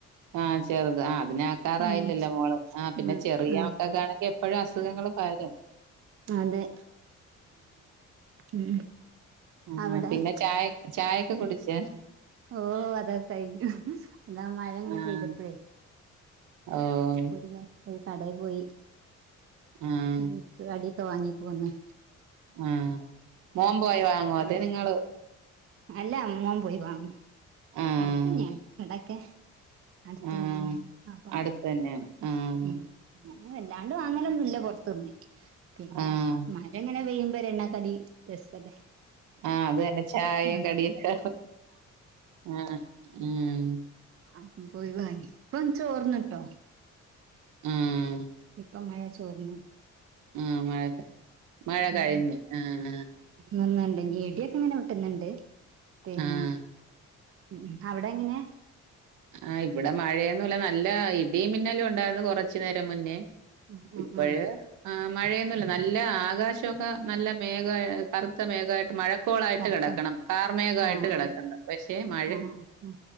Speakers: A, on the right; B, on the right.
A: ആഹ് ചെറുത്. ആ അതിനെ ആക്കാറായില്ലല്ലോ
B: ഉം
A: മോള്,. ആ പിന്നെ
B: ആഹ്
A: ചെറിയ
B: ആഹ്
A: മക്കക്കാണെങ്കി പ്പഴും അസുഖങ്ങളും പകരും.
B: അതെ ഉം
A: ആണോ
B: അവിടെ
A: പിന്നെ ചായ ചായൊക്കെ കുടിച്ച.
B: ഓഹ് അതൊക്കെ കഴിഞ്ഞു. അതാ മഴ ങ്ങനെ
A: ആഹ്
B: പെയ്തപ്പോഴേ
A: ഓഹ്
B: ഒരുവട്ടം കാടെ പോയി.
A: ആഹ്
B: ഇൻക് കടി വാങ്ങി പോന്ന്.
A: ആഹ്, മോൻ പോയി വാങ്ങോ
B: അവിടെ
A: അതിന്ങ്ങള്
B: അല്ല മോൻ പോയി വാങ്ങി.
A: ആഹ്
B: അടുത്ത ന്നേണ് കടൊക്കെ. അടുത്തന്നെന്ന്‌
A: ആഹ്
B: അപ്പം
A: അടുത്ത് തന്നെയാണ്
B: ഉം ഹേ
A: ആഹ്
B: ങ്ങനെ വല്ലാണ്ട് വാങ്ങലൊന്നുല്ല പൊർത്ത്ന്ന്. പിന്നെ,
A: ആഹ്
B: മഴ ങ്ങനെ പെയ്യുമ്പോ ഒരെണ്ണക്കടി രസല്ലേ.
A: ആഹ്, അതന്നെ ചായേം
B: ആ
A: കടിയൊക്ക ആഹ് ഉം
B: ആഹ് പോയി വാങ്ങി. പ്പം ചോർന്ന്ട്ടോ.
A: ആഹ്
B: പ്പം മഴ ചോർന്നു.
A: ആഹ് മഴ, മഴ കഴിഞ്ഞ്.
B: ഉം
A: ആഹ് ആഹ്
B: നിന്ന്ണ്ട്. ഞ്ഞി ഇടിയൊക്കെ ങ്ങനെ വെട്ടുന്നുണ്ട്. പിന്നെ,
A: ആഹ്
B: ഉം അവിടെ ങ്ങനെ?
A: ആഹ് ഇവിടെ മഴയൊന്നുല്ല. നല്ല ഇടിം, മിന്നലും ഉണ്ടാര്ന്ന് കൊറച്ചു നേരം മുന്നേ
B: ഉം ഉം
A: ഇപ്പഴ്
B: ഉം
A: ആഹ് മഴയൊന്നുല്ല, നല്ല ആകാശൊക്കെ നല്ല മേഘ കറുത്ത മേഘായിട്ട് മഴ ക്കോളായിട്ട്
B: ശബ്ദം
A: കിടക്കണം, കാർമേഘായിട്ട്
B: ആഹ്
A: കിടക്കണ്ട.
B: ആഹ്
A: പക്ഷെ, മ
B: ആഹ് ഉം